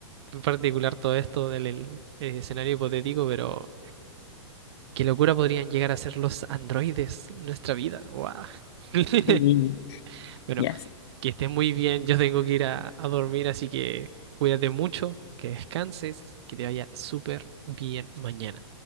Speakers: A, on the right; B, on the left.
A: particular todo esto del el- el escenario hipotético, pero qué locura podrían llegar a ser los androides en nuestra vida. ¡Guau! <laughs>
B: Sí,
A: Bueno,
B: ya sé.
A: que estés muy bien. Yo tengo que ir a, a dormir, así que cuídate mucho, que descanses, que te vaya súper bien mañana.